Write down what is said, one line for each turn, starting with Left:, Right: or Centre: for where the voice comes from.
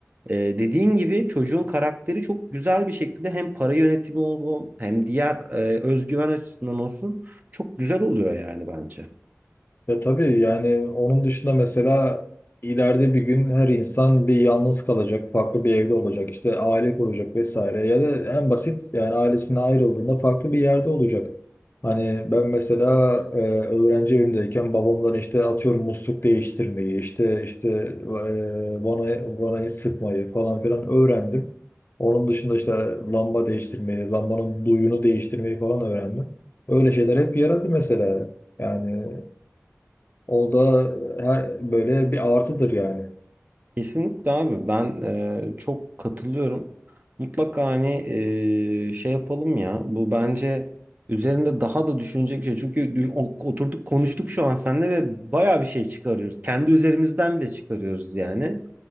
Right: e, dediğin gibi çocuğun karakteri çok güzel bir şekilde hem para yönetimi olsun hem diğer e, özgüven açısından olsun çok güzel oluyor yani bence.
Left: Ve tabii yani onun dışında mesela ileride bir gün her insan bir yalnız kalacak, farklı bir evde olacak, işte aile kuracak vesaire ya da en basit yani ailesine ayrıldığında farklı bir yerde olacak. Hani ben mesela e, öğrenci evimdeyken babamdan işte atıyorum musluk değiştirmeyi, işte işte e, vana, vanayı sıkmayı falan filan öğrendim. Onun dışında işte lamba değiştirmeyi, lambanın duyunu değiştirmeyi falan öğrendim. Öyle şeyler hep yaradı mesela. Yani o da e, her, böyle bir artıdır yani.
Right: Kesinlikle abi ben e, çok katılıyorum. Mutlaka hani e, şey yapalım ya bu bence üzerinde daha da düşünecek bir şey. Çünkü dü- o- oturduk konuştuk şu an seninle ve bayağı bir şey çıkarıyoruz. Kendi üzerimizden bile çıkarıyoruz yani.